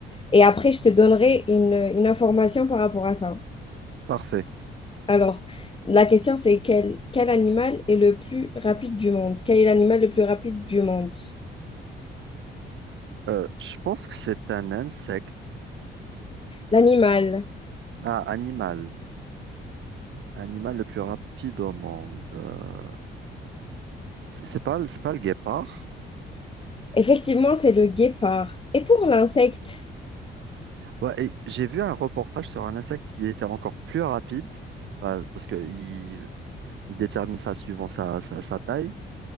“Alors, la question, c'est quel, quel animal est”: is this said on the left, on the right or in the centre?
Left